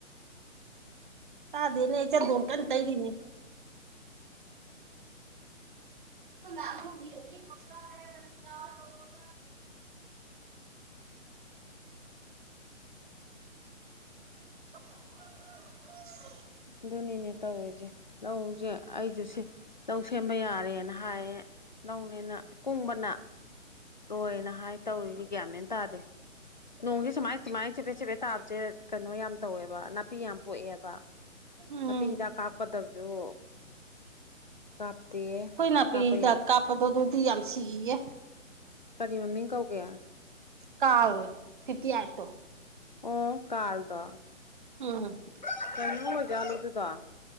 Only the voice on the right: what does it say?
ꯇꯥꯗꯦꯅꯦ ꯑꯩ ꯆꯟꯗꯣꯟ ꯀꯟ ꯇꯩꯔꯤꯅꯤ <unintelligible> <unintelligible>
ꯎꯝ
ꯑꯩꯈꯣꯏ ꯅꯥꯄꯤꯗ
ꯀꯥꯞꯄꯗꯣ ꯑꯗꯨꯗꯤ ꯌꯥꯝ ꯁꯤꯌꯦ
ꯀꯜ ꯐꯤꯞꯇꯤ ꯑꯩꯏꯠ ꯇꯣ
ꯎꯝ